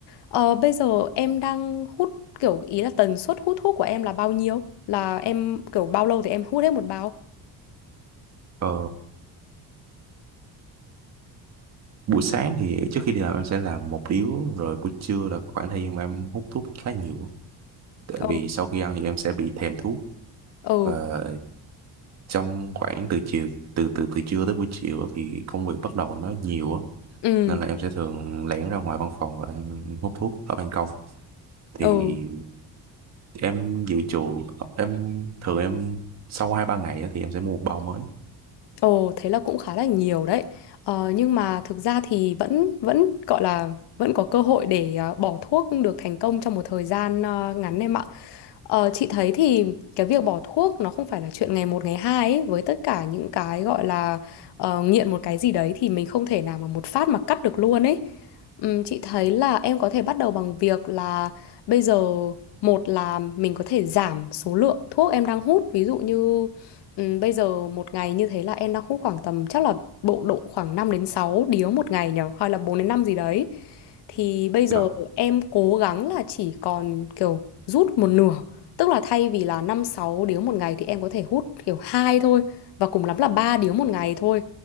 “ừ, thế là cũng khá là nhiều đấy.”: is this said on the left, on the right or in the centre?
Left